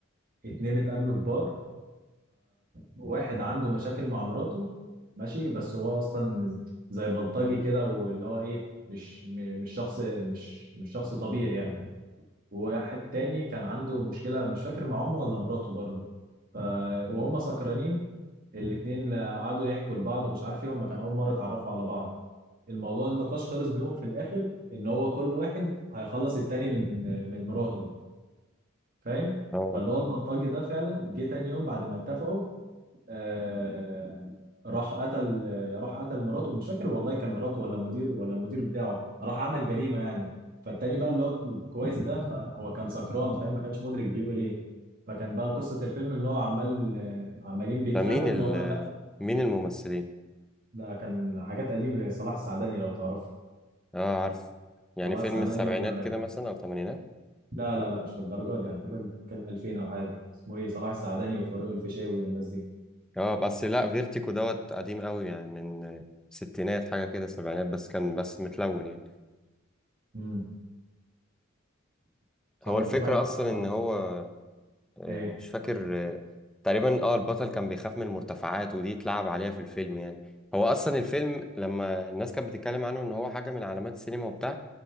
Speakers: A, on the right; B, in the centre.
A: اتنين اتقابلوا في بار فواحد عنده مشاكل مع مراته ماشي بس هو اصلا زي بلطجي كده واللي هو ايه مش م- مش شخص مش مش شخص طبيعي يعني وواحد تاني كان عنده مشكلة مش فاكر مع امه ولا مراته برضه ف وهم سكرانين الاتنين قعدوا يحكوا لبعض ومش عارف ايه هم كان اول مره اتعرفوا على بعض الموضوع النقاش خلص بيهم في الاخر ان هو كل واحد هيخلص التاني من من مراته فاهم
B: اه
A: فاللي هو البلطجي ده فعلا جه تاني يوم بعد ما اتفقوا آه راح قتل راح قتل مراته مش فاكر والله كان مراته ولا مدير ولا المدير بتاعه راح عمل جريمه يعني فالتاني بقى اللي هو كويس ده فهو كان سكران فاهم ما كانش مدرك بيقول ايه فكان بقى قصه الفيلم ان هو عمال آه، عمالين بيتخانقوا
B: ده مين ال
A: ان هو
B: مين الممثلين
A: ده كان حاجات قديمة زي صلاح السعداني لو تعرفه
B: اه عارف يعني
A: صلاح
B: فيلم
A: السعداني
B: السبعينات
A: و...
B: كده مثلا او الثمانينات
A: لا لا لا مش للدرجة دي يعني فاكر كان 2000 أو حاجة اسمه إيه صلاح السعداني وفاروق الفيشاوي والناس دي
B: اه بس لا فيرتيكو دوت قديم قوي يعني من آه، ستينات حاجه كده سبعينات بس كان بس متلون يعني
A: امم اتفرجت
B: هو الفكره
A: طيب على
B: اصلا ان هو آه،
A: إيه
B: مش فاكر آه، تقريبا اه البطل كان بيخاف من المرتفعات ودي اتلعب عليها في الفيلم يعني هو اصلا الفيلم لما الناس كانت بتتكلم عنه ان هو حاجه من علامات السينما وبتاع